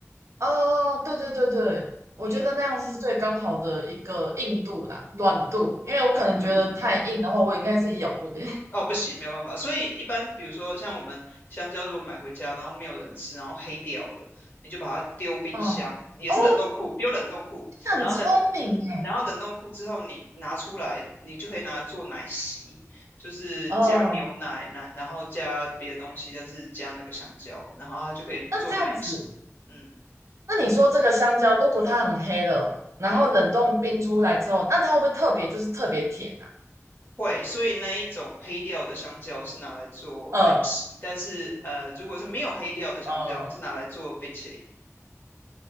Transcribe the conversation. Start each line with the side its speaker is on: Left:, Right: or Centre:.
Right: 哦，对对对对，我觉得那样是最刚好的一个硬度啦，
Left: 嗯，
Right: 软度，因为我可能觉得太硬的话，
Left: 软度。
Right: 我应该是咬不了。
Left: 哦，不行，没有办法。所以一般，比如说像我们香蕉，如果买回家，然后没有人吃，然后黑掉了，你就把它丢冰箱，
Right: 嗯，
Left: 也是冷冻库，
Right: 哦，
Left: 丢冷冻库，
Right: 那很聪明耶。
Left: 然后冷，然后冷冻库之后，你拿出来，你就可以拿来做奶昔，就是加牛奶，
Right: 哦，
Left: 奶，然后加别的东西，但是加那个香蕉，然后它就可以做奶昔。
Right: 那这样子，
Left: 嗯
Right: 那你说这个香蕉，如果它很黑了，然后冷冻冰出来之后，
Left: 嗯，
Right: 那它会不会特别就是特别甜啊？
Left: 会。所以那一种黑掉的香蕉是拿来做奶昔，
Right: 呃
Left: 但是呃，如果是没有黑掉的香蕉，
Right: 呃
Left: 是拿来做冰淇淋。